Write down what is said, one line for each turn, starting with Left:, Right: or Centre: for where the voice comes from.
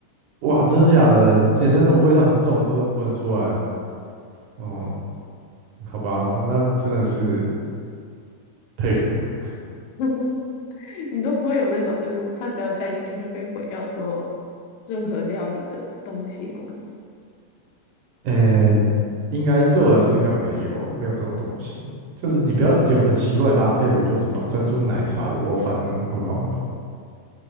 Right: 哇，真的假的？简直那种味道很重都闻得出来。哦，好吧，那那真的是佩服了。
Left: <laughs> <laughs> 你都不会有那种，就是它只要加进去就可以毁掉所有任何料理的东西吗？
Right: 诶，应该对我来说应该没有欸，没有这种东西。就是你不要有很奇怪的搭配，
Left: 嗯，
Right: 比如说什么珍珠奶茶、卤肉饭那种就好了，